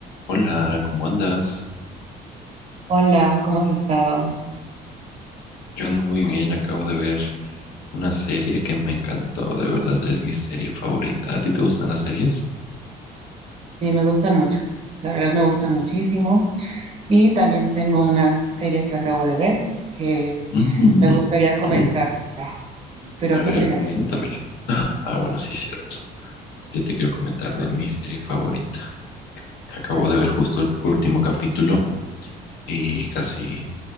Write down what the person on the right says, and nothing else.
Hola, ¿cómo has estado?
Sí, me gustan mucho. La verdad me gustan muchísimo. Y también tengo una serie que acabo de ver que
me gustaría comentarte.
Ah, Pero
tú
primero.